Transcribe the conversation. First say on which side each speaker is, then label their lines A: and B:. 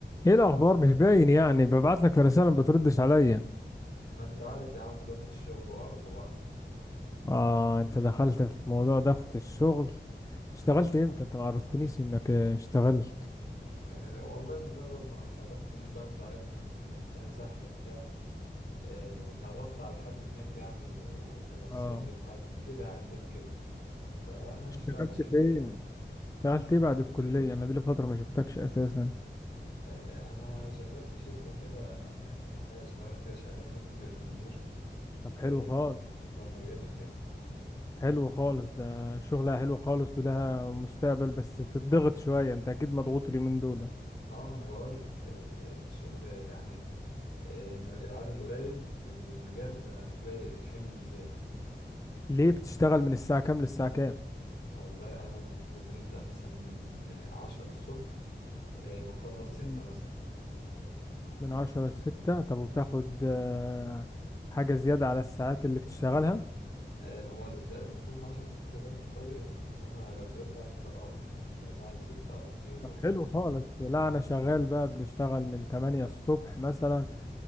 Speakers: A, on the left (about 15°); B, on the left (about 70°).
A: ايه الاخبار مش باين يعني ببعت لك رساله ما بتردش عليا
B: ما انت عارف يا عم ضغط الشغل وقرفه بقى
A: اه انت دخلت في موضوع ضغط الشغل اشتغلت امتى انت ما عرفتنيش انك آه، اشتغلت
B: أه والله مجرد ما خلصت جيش بقى انت عارف كانت سنة سحلة وبتاع أه اتعرفت على حد هناك يعني و- ووصلني
A: اه
B: بحد كده يعني جت كده فأنا مش
A: اشتغلت
B: بقاليش كتير
A: في ايه
B: يعني
A: اشتغلت ايه بعد الكليه انا دي لي فتره ما شفتكش اساسا
B: أه أنا شغال في شركة كده يعني حاجة صغيرة كده شغال سوفت وير انجينير
A: طب
B: أه
A: حلو خالص
B: برمجيات وكده
A: حلو خالص ده شغلها حلو خالص ولها مستقبل بس تتضغط شويه انت اكيد مضغوط اليومين دول
B: اه ما انا بقول لك أه الشغل يعني أه العدد قليل في المجال فتلاقي الحمل بزيادة
A: ليه بتشتغل من الساعه كام للساعه كام
B: والله أنا المفروض بنبدأ مثلا من عشرة الصبح آه، بنخلص ستة
A: مم.
B: مثلا
A: من عشرة لستة طب وبتاخد آه، حاجه زياده على الساعات اللي بتشتغلها
B: آه، هو ده, ده المفروض من عشرة لستة ده الطبيعي إنما لو زودت على كده أه لو بعد ستة أه في أوفر
A: طب
B: تايم
A: حلو خالص لا انا شغال بقى بنشتغل من 8 الصبح مثلا